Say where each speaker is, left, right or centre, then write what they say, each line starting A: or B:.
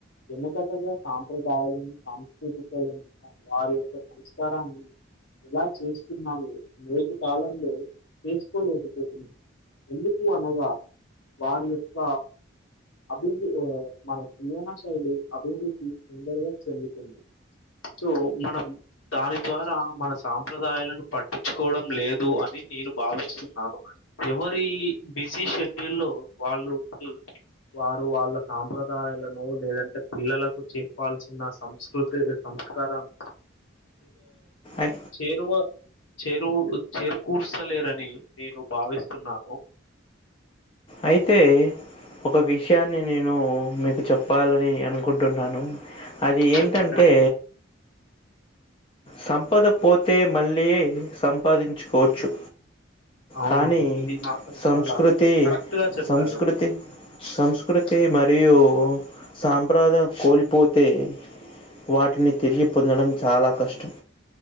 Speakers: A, on the left (about 80°); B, on the left (about 25°).
A: వెనుకటగా సాంప్రదాయాలను సాంస్కృతికలను వారి యొక్క సంస్కారాన్ని ఎలా చేస్తున్నాము నైటి కాలంలో చే కోలేకపోతున్నా ఎందుకు అనగా వారి యొక్క అభి ఆ మన జీవన శైలి అభివృద్ధి తొందరగా చెందుతుంది సో మనం దాని ద్వారా మన సాంప్రదాయాలను పట్టించుకోవడం లేదు అని నేను భావిస్తున్నాను ఎవరి బిజీ షెడ్యూల్ లో వాళ్ళు వారు వాళ్ళ సాంప్రదాయాలను లేదంటే పిల్లలకు చెప్పాల్సిన సంస్కృతి స్కా రాంమ్
B: ఐ
A: చేరువ చేరువు చేరుకూర్స్తలేర అని నేను భావిస్తున్నాను
B: అయితే ఒక విషయాన్ని నేను మీకు చెప్పాల అని అనుకుంటు ఉన్నాను అది
A: చెప్పండి
B: ఏంట అంటే సంపద పోతే మళ్ళి సంపాదించుకోవచ్చు
A: అవును
B: కానీ
A: అండి ఇవి మాత్రం
B: సంస్కృతి
A: చాలా కరెక్ట్గా చెప్పారు
B: సంస్కృతి సంస్కృతి మరియు సాంప్రదాయం కోలిపోతే వాటిని తిరిగి పొందడం చాలా కష్టం